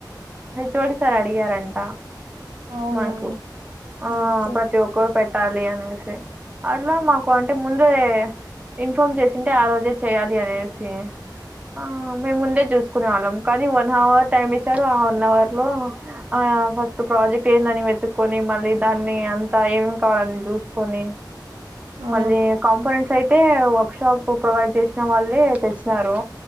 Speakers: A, on the right; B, on the right.
A: హెచ్ఓడి సార్ అడిగారంట
B: అవునా
A: మాకు ఆ
B: ఓకే
A: ప్రతి ఒక్కరు పెట్టాలి అనేసి అట్లా మాకు అంటే ముందే ఇన్ ఫాం చేసింటే ఆ రోజే చేయాలి అనేసి ఆ మేము ముందే చూసుకునే వాళ్ళం కానీ వన్ హవర్ టైమ్ ఇచ్చారు ఆ వన్ అవర్ లో ఆ ఫస్ట్ ప్రాజెక్ట్ ఏందని వెతు మళ్లి దాన్ని అంత ఏం ఏమేం కావాలి చూసుకొని
B: ఆ
A: మళ్లి కాన్ఫిడెన్స్ అయితే వర్క్ షాప్ ప్రొవైడ్ చేసిన వాళ్ళే తెచ్చారు